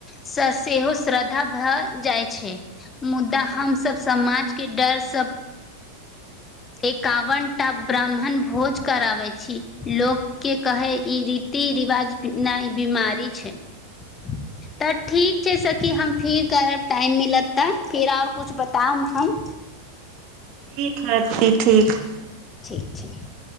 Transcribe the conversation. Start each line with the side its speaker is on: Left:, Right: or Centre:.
Left: सेहो श्रद्धा भऽ जाइ छै मुद्दा हमसब समाज के डर सब एकावनटा ब्राह्मण भोज कराबै छी लोक के कहै ई रीति रिवाज नहि बीमारी छै तऽ ठीक छै सखी हम फिर करब टाइम मिलत तऽ फेर आओर किछु बताउ हम
Right: ठीक है दिदी ठीक
Left: ठीक ठीक